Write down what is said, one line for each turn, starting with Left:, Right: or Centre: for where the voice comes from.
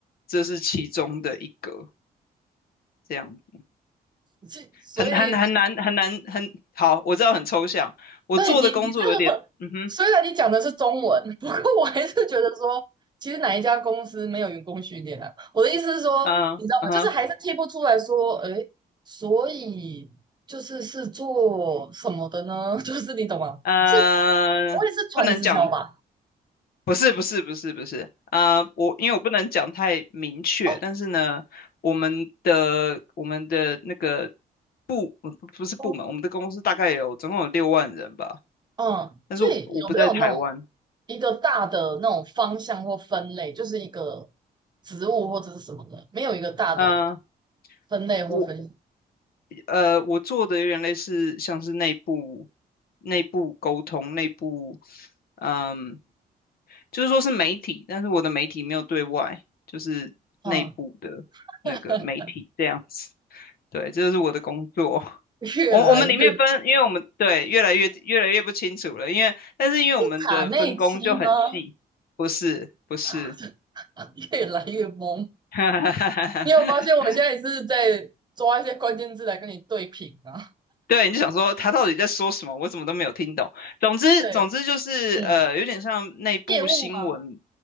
Left: 这是其中的一个这样子，
Right: 是，所以
Left: 很很很难很难很好，我知道很抽象。我做的工作有点，
Right: 对你，你这个虽然你讲的是中文，
Left: 嗯哼，
Right: 不过我还是觉得说，其实哪一家公司没有员工训练啊？我的意思是说，
Left: 嗯嗯哼，
Right: 你知道吗？就是还是贴不出来说，哎，所以就是是做什么的呢？<laughs> 就是你懂吗？
Left: 呃，
Right: 是不会是传直销吧？
Left: 不能讲不是不是不是不是啊、呃我因为我不能讲太明确，
Right: 哦
Left: 但是呢，我们的我们的那个我不不是部门，
Right: 哦，
Left: 我们的公司大概有总共有六万人吧，
Right: 嗯，
Left: 但是我，
Right: 所以有没有那种
Left: 我不在台湾，
Right: 一个大的那种方向或分类，就是一个职务或者是什么的，没有一个大的
Left: 嗯、呃
Right: 分类或分，
Left: 我呃我做的有点类似像是内部内部沟通内部，嗯、就是说是媒体，但是我的媒体没有对外，就是内部的那个媒体这样子。
Right: 嗯，<laughs>
Left: 对，这就是我的工作。
Right: 越来越。
Left: 我我们里面分，因为我们对越来越越来越不清楚了，因为但是因为我们的分工就很细，
Right: 卡内基吗？
Left: 不是不是，
Right: <laughs> 越来越懵。
Left: <laughs>
Right: 你有发现我现在也是在抓一些关键字来跟你对平啊？
Left: 对，你就想说他到底在说什么，我怎么都没有听懂。总之总之就是呃，
Right: <laughs> 对，嗯，
Left: 有点像内部新闻，
Right: 业务吗？